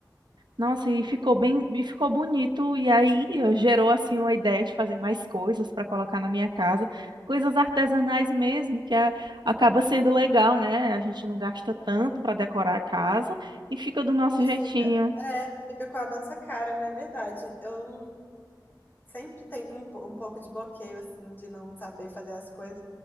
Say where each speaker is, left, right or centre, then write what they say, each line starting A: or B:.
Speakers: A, on the right (about 70°); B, on the left (about 25°).
A: Nossa, e ficou bem, e ficou bonito, e aí eh, gerou assim uma ideia de fazer mais coisas para colocar na minha casa, coisas artesanais mesmo, que a- acaba sendo legal, né? A gente não gasta tanto para decorar a casa e fica do nosso
B: E
A: jeitinho.
B: fica, é, fica com a nossa cara, não é verdade? Eu sempre tem um, po- um pouco de bloqueio, assim, de não saber fazer as coisas,